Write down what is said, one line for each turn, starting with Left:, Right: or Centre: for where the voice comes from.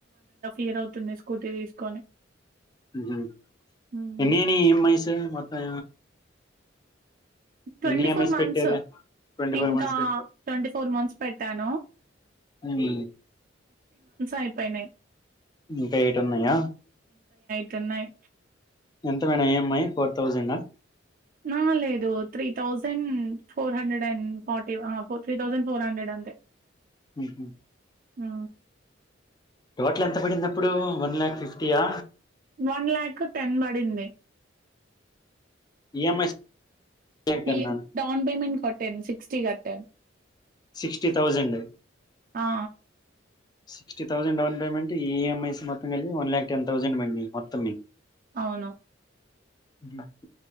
Right: ఇయర్ అవుతుంది స్కూటీ తీసుకొని
Left: ఉహు
Right: హ్మ్.
Left: ఎన్నయినయ్ ఈఏంఐస్ మొత్తం
Right: ట్వంటీ
Left: ఎన్ని ఈఎంఐస్
Right: ఫోర్ మంత్స్
Left: పెట్టారు ట్వంటీ ఫోర్
Right: ఇంకా
Left: మంత్స్ పెట్టారు
Right: ట్వంటీ ఫోర్ మంత్స్ పె తను
Left: ఉహు
Right: అయిపోయినాయి.
Left: ఇంకా యైట్ ఉన్నాయా
Right: టు న్నయి
Left: ఎంత మేడం ఈఎంఐ ఫోర్ థౌజండ్ ఆ
Right: హా లేదు three thousand four hundred and forty three thousand four hundred అంతే
Left: ఉహు
Right: ఆ
Left: టోటల్ ఎంత పడిందప్పుడు వన్ లాక్ ఫిఫ్టీయా
Right: వన్ ల్యాక్ టెన్ పడింది
Left: ఈఎంఐస్ టెన్
Right: ఈ డౌన్ పేమెంట్ కట్టాను సిక్స్టీ క ట్టె
Left: సిక్స్టీ థౌసెండ్
Right: ఆ!
Left: Sixty thousand down payment EMIs మొత్తమ్ కలిపి వన్ లాక్ టెన్ థౌసండ్ బడినయి మొత్తం మీకు
Right: అవును
Left: గిల్ల